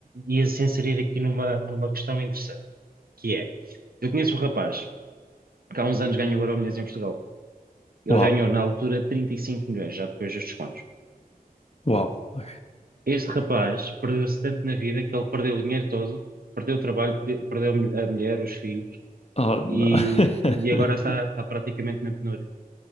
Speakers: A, on the right (about 70°); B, on the left (about 40°).
A: ia-se inserir aqui numa, numa questão interessante, que é, eu conheço um rapaz que há uns anos ganhou o Euromilhões em Portugal. Ele
B: Uau.
A: ganhou, na altura, 35 milhões, já depois dos descontos.
B: Uau. ok.
A: Este rapaz perdeu-se tanto na vida que ele perdeu o dinheiro todo, perdeu o trabalho, pe- perdeu a mul- a mulher, os filhos
B: Oh, não.
A: e,
B: <laughs>
A: e agora está está praticamente na penúria.